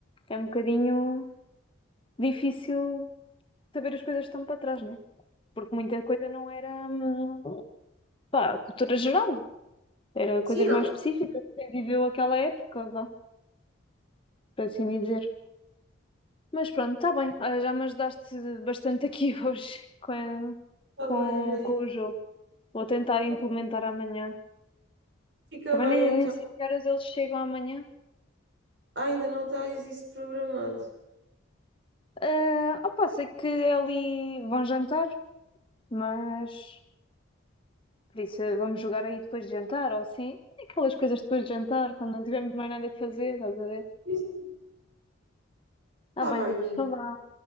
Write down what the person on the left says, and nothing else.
É um bocadinho difícil saber as coisas que estão para trás, né? Porque muita coisa não era, hum, pá, cultura geral. Era
coisas
mais específicas. Quem viveu aquela época, vá. por assim dizer. Mas pronto, está bem. Olha, já me ajudaste bastante aqui <laughs> hoje com, a-
com,
com o jogo. Vou tentar implementar
amanhã.
Também
nem, nem
sei que horas eles chegam amanhã.
Ah, opa, sei que é ali vão jantar, mas por isso eh, vamos jogar aí depois de jantar, ou assim. Aquelas coisas depois de jantar, quando não tivermos mais nada que fazer, estás a ver?
Tá bem.
Então vá.